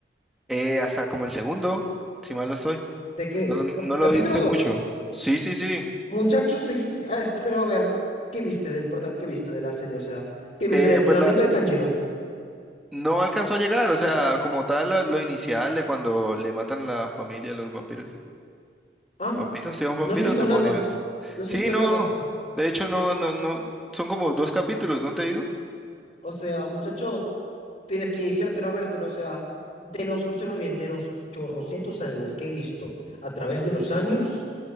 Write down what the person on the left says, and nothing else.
¿De qué?
Cap-
capítulo
dos.
Muchacho, seguiste, ah, es- pero a ver, ¿qué viste del prota- qué viste de la serie? O sea, ¿qué viste
del entrenamiento
de Tanjiro?
Ah,
no has visto
nada, no has
visto
nada.
O sea, muchacho, tienes que iniciártelo a vértelo. O sea, de los, escúchame bien, de los chorrocientos animes que he visto a través de los años,